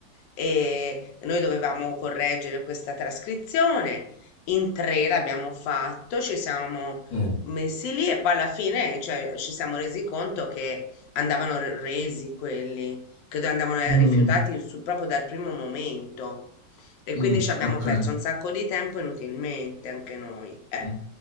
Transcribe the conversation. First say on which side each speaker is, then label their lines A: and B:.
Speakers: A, on the left; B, on the left.
A: E e noi dovevamo correggere questa trascrizione. In tre l'abbiamo fatto, ci siamo
B: Oh.
A: messi lì e poi alla fine, cioè, ci siamo resi conto che andavano re- resi quelli che andavano eh,
B: Mm.
A: rifiutati su- proprio dal primo momento. E
B: Mm,
A: quindi ci abbiamo
B: ok.
A: perso un sacco di tempo inutilmente anche noi. Eh.
B: Mm.